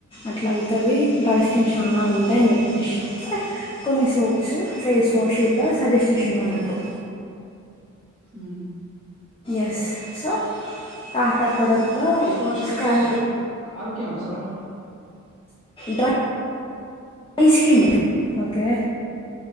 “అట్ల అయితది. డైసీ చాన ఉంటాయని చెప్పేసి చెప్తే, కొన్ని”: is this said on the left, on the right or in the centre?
Left